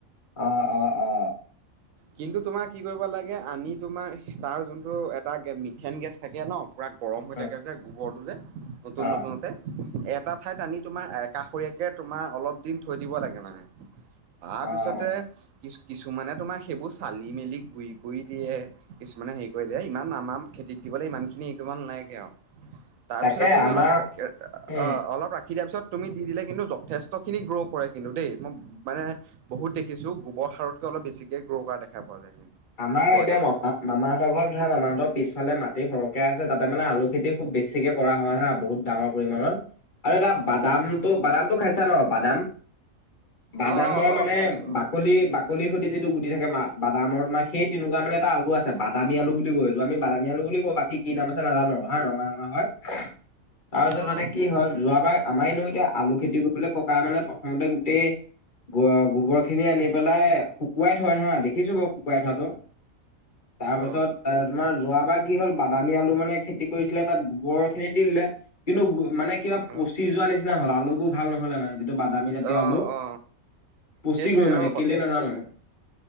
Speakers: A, on the left; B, on the right.
A: অ', অ'। অ
B: কিন্তু তোমাৰ কি কৰিব লাগে আনি তোমাৰ তাৰ যোনটো এটা মিথেন গেছ থাকে ন। পুৰা গৰম হৈ
A: উম,
B: থাকে যে গোবৰটো যে নতুন
A: অ
B: নতুনতে। এটা ঠাইত আনি তোমাৰ একাষৰীয়াকে তোমাৰ অলপ দিন থৈ দিব লাগে মানে। তাৰপিছতে
A: অ
B: কি কিছুমানে তোমাৰ সেইবোৰ চালি মেলি গুৰি কৰি দিয়ে। কিছুমানে হেৰি কৰি দিয় ইমান আমাৰ খেতিত দিবলৈ ইমান খিনি হৰি নালাগে আৰু। তাৰপিছতে
A: তাকে
B: তুমি
A: আমাৰ
B: অলপ অ', অলপ
A: উম
B: ৰাখি দিয়াৰ পিছত তুমি দি দিলে কিন্তু যথেষ্টখিনি গ্ৰ' কৰে কিন্তু দেই মই মানে বহুত দেখিছো গোবৰ সাৰতকে অলপ বেছিকে গ্ৰ' কৰা দেখা পোৱা যায়।
A: আমাৰ
B: ব্ৰইলাৰ
A: এতিয়া মামা
B: গোবৰ
A: মামাহঁতৰ ঘৰত ধৰা মামাহঁতৰ পিছফালে মাটি সৰহকে আছে তাতে মানে আলু খেতি খুব বেছিক কে কৰা হয় হা বহুত ডাঙৰ পৰিমানত আৰু এটা বাদামটো বাদামটো খাইছা ন বাদাম? বাদামৰ
B: অ অ অ
A: মানে
B: খাইছো
A: বাকলি বাকলিৰ সৈতে যিটো গুটি থাকে মা বাদামৰ তোমাৰ সেই তেনেকুৱা মানে এ, আলু আছে বাদামী আলু বুলি কয়, এইটো আমি বাম আলু বুলি কওঁ বাকী কি নাম আছে নাজানো হা, ৰঙা ৰঙা হয় তাৰপিছত
B: অ
A: মানে কি হ'ল যোৱাবাৰ আমাৰ এনেও এতিয়া আলু খেতি কৰিবলে ককা মানে প্ৰথমতে গোটেই গ-গোবৰখিনি আনি পেলাই শুকুৱাই থয় হা, দেখিছো বাৰু শুকুৱাই থোৱাটো তাৰপিছত
B: অ
A: তোমাৰ যোৱাবাৰ কি হ'ল বাদামী আলু মানে খেতি কৰিছিলে তাত গোবৰৰ খেতি দি দিলে। কিন্তু মানে কিবা পচি
B: অ
A: যোৱা নিচিনা হ'ল, আলুবোৰ ভাল নহ'লে মানে। যিটো বাদামী জাতীয়
B: অ
A: আলু
B: অ
A: পচি
B: সেইটোৱে
A: গল মানে
B: অ
A: কেলে নাজানো।